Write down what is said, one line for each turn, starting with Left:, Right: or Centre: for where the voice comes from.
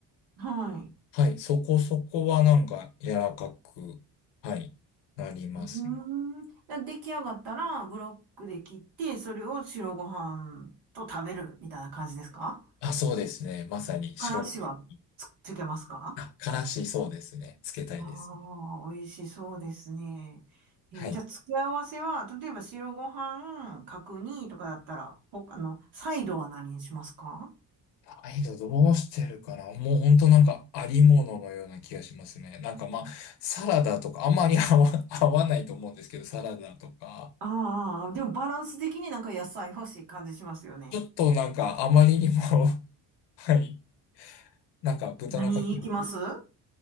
Right: はい。
Left: はい、そこそこはなんか柔らかく、はい、なりますね。
Right: うーん。だ出来上がったら、ブロックで切って、それを白ご飯と食べるみたいな感じですか
Left: あ、そうですね。まさに白ご飯。
Right: からしはつ、つけますか
Left: あ、からしそうですね。つけたいですね。
Right: ああ美味しそうですね。
Left: はい。
Right: えーじゃあ、付け合わせは、例えば白ご飯、角煮とかだったら、ほ、あの、サイドは何にしますか
Left: アイドどうしてるかなもうほんとなんかありもののような気がしますね。なんかまあ、サラダとか、あんまり <laughs> 合わ、合わないと思うんですけど、サラダとか、
Right: ああー、でもバランス的になんか野菜欲しい感じしますよね。
Left: ちょっとなんかあまりにも <laughs> はい。なんか豚の角煮。
Right: 何いきます